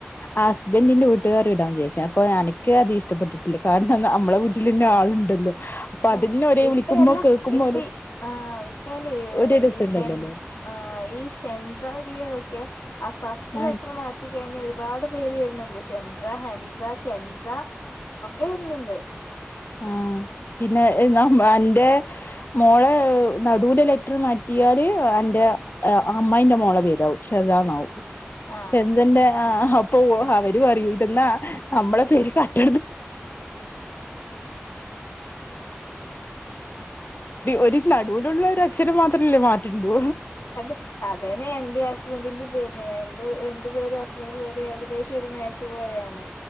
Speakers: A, on the left; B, on the left.
A: ആ ഹസ്ബന്റിന്റെ വീട്ടുകാര് ഇടാൻ വിചാരിച്ചേണ് അപ്പോ എനക്ക് അത് ഇഷ്ടപ്പെട്ടിട്ടില്ല കാരണം എന്നാ നമ്മളെ വീട്ടിലെന്നെ ആളുണ്ടല്ലോ അപ്പൊ
B: ഉം
A: അതിന്നെ ഒരേ
B: ഇപ്പ
A: വിളിക്കുമ്പോ
B: എല്ല
A: കേൾക്കുമ്പോ
B: ഇപ്പ
A: ഒരു
B: ആഹ ഇപ്പല്ല
A: ഒരു രസംണ്ടല്ലല്ലോ
B: ഈ ഷെൺ ആ ഈ ഷെൻസ ഇള്ളിയത് ഓക്കെ ആ ഫസ്റ്റ്
A: ആഹ്
B: ലെറ്റർ മാറ്റ ത്തി കഴിഞ്ഞ് ഒരുപാട് പേര് വരുന്നുണ്ട് ഷെൻസ ഹെൻസ കെൻസ ഒക്കെ വരുന്നുണ്ട്
A: ആഹ പിന്നെ
B: ഒരുപാട്
A: നമ്മ അന്റെ മോളെ നടൂലെ ലെറ്റർ മാറ്റിയാല് എന്റെ അമ്മായിന്റെ മോളെ പേരാവും, ശതന്നാവും.
B: ആഹ്
A: ചെന്ദന്റെ ആഹാ അപ്പോ അവര് പറയൂ ഇതെന്നാ നമ്മള പേര് ക- <unintelligible> <unintelligible> ഒരു നടുവിലുള്ള ഒരു അക്ഷരം മാത്രല്ലേ മാറ്റാണ്ടു.
B: അത അതന്നെ എന്റെ അവസ്ഥ. ഹസ്ബന്റിന്റെ പേര്, എന്റെ പേര് ഹസ്ബൻഡന്റെ പേര് ഏകദേശം ഒരു മാച്ച് പോലെയാണ്.